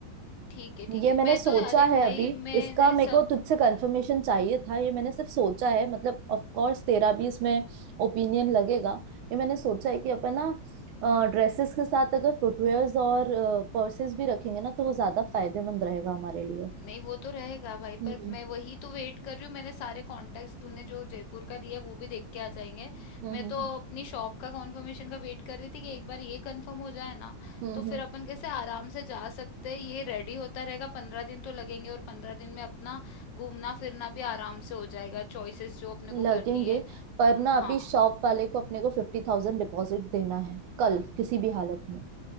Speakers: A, on the left; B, on the right.
A: ठीक है ठीक
B: ये
A: है
B: मैंने
A: मैं
B: सोचा
A: तो अरे
B: है
A: भाई
B: अभी
A: मैंने
B: इसका मेरे
A: सब
B: को तुझसे कंफर्मेशन चाहिए था ये मैंने सिर्फ सोचा है मतलब ऑफ कोर्स तेरा भी इसमें ओपिनियन लगेगा ये मैंने सोचा है कि अपन ना ड्रेसेस के साथ अगर फुटवेयर्स और पर्सेस भी रखेंगे ना तो वो ज्यादा फायदेमंद रहेगा हमारे लिए
A: नहीं वो तो रहेगा भाई
B: हम्म
A: पर मैं वही तो वेट कर रही हूँ मैंने सारे कॉन्टैक्ट्स तूने जो जयपुर का दिया है, वो भी देख के आ जाएंगे
B: हम्म
A: मैं
B: हम्म
A: तो अपनी शॉप का कॉन्फर्मेशन का वेट कर रही थी कि एक बार ये कंफर्म हो जाए ना
B: हम्म
A: तो फिर
B: हम्म
A: अपन कैसे आराम से जा सकते हैं ये रेडी होता रहेगा पंद्रह दिन तो लगेंगे और पंद्रह दिन में अपना घूमना फिरना भी आराम से हो जाएगा चॉइसेस जो अपने
B: लगेंगे
A: को करनी है
B: पर ना अभी
A: हाँ
B: शॉप वाले को अपने को फिफ्टी थाउजेंड डिपॉजिट देना है कल किसी भी हालत में